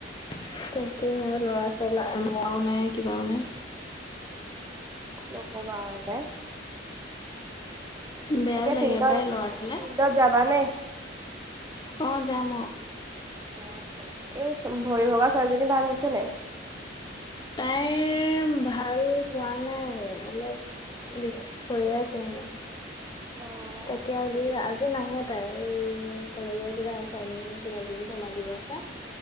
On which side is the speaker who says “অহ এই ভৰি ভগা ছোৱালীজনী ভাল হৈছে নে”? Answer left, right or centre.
Right